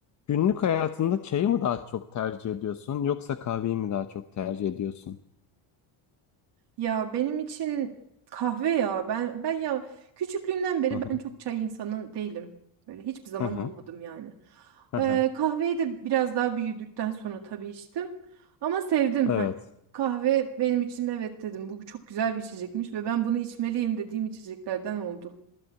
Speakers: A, on the left; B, on the right.
A: Günlük hayatında çayı mı daha çok tercih ediyorsun yoksa kahveyi mi daha çok tercih ediyorsun?
B: Ya benim için kahve ya. Ben ben ya küçüklüğümden beri
A: Hı hı,
B: ben çok çay insanı değilim. Böyle hiçbir zaman
A: hı hı,
B: olmadım yani.
A: hı
B: Ee,
A: hı.
B: kahveyi de biraz daha büyüdükten sonra tabii içtim. Ama sevdim
A: Evet.
B: hani. Kahve benim için evet dedim. Bu çok güzel bir içecekmiş ve ben bunu içmeliyim dediğim içeceklerden oldu.